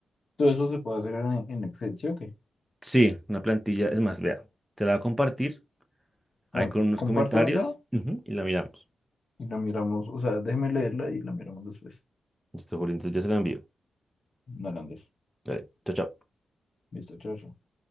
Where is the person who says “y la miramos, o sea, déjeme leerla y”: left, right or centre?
Left